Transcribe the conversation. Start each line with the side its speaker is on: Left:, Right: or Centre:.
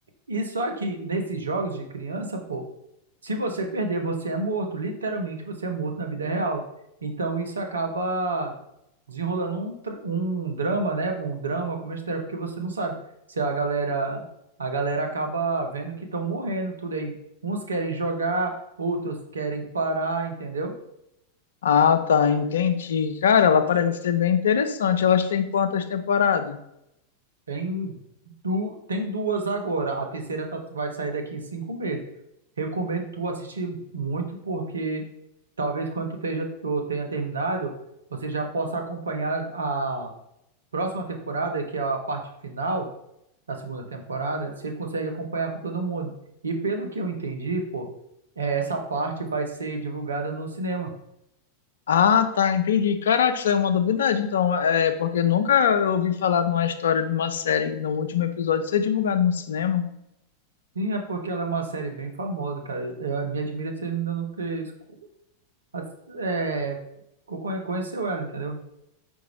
Right: E só que nesses jogos de criança, pô, se você perder, você é morto. Literalmente, você é morto na vida real. Então isso acaba desenrolando um, tr- um drama, né? Um drama com uma história, porque você não sabe se a galera, a galera acaba vendo que estão morrendo tudo aí. Uns querem jogar, outros querem parar, entendeu?
Left: Ah, tá, entendi. Cara, ela parece ser bem interessante. Elas têm quantas temporadas?
Right: Tem, du... tem duas agora. A terceira tá- vai sair daqui cinco meses. Recomendo tu assistir muito, porque talvez quando tu esteja- tu tenha terminado, você já possa acompanhar a próxima temporada, que é a parte final da segunda temporada. Você consegue acompanhar com todo mundo. E pelo que eu entendi, pô, é, essa parte vai ser divulgada no cinema.
Left: Ah, tá, entendi. Caraca, isso é uma novidade, então. É porque nunca eu ouvi falar de uma história de uma série que no último episódio ser divulgado no cinema.
Right: Sim, é porque ela é uma série bem famosa, cara. Eu, me admira você ainda não ter as- é, co- conhe- conheceu ela, entendeu?